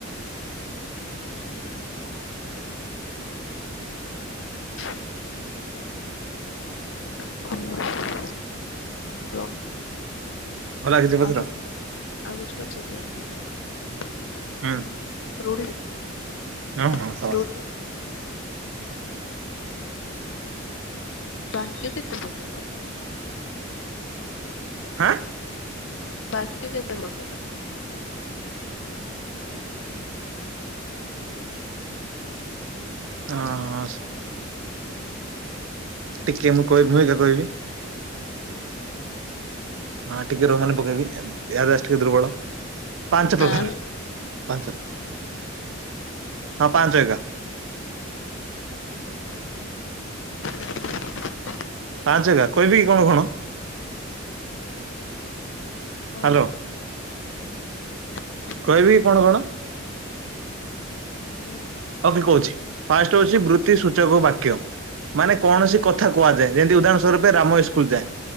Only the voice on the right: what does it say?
ଭଲ ଲାଗିଛି ପତ୍ର
ହଁ।
ହଁ ହଁ ସବାସ।
ହଁ?
ହଁ ଆ ଟିକେ ମୁଁ କହିବି ମୁଁ ଏବେ କହିବି। ହଁ ଟିକେ ରହାନ ପକେଇବି ଯାଦେ ଅ ଟିକେ ଦୁର୍ବଳ। ପାଞ୍ଚ ପ୍ରକାର
ପାଞ୍ଚ ହଁ ପାଞ୍ଚ ଏକା।
ପାଞ୍ଚଏକା କହିବି କି କଣ କଣ? ହ୍ୟାଲୋ
କହିବି କି କଣ କଣ?
ଓକେ କହୁଛି ଫାଷ୍ଟ ହଉଛି ବୃତ୍ତି ସୂଚକ ବାକ୍ୟ ମାନେ କୌଣସି କଥା କୁହାଯାଏ ଯେମତି ଉଦାହରଣ ସଵରୂପେ ରାମ ସ୍କୁଲ ଯାଏ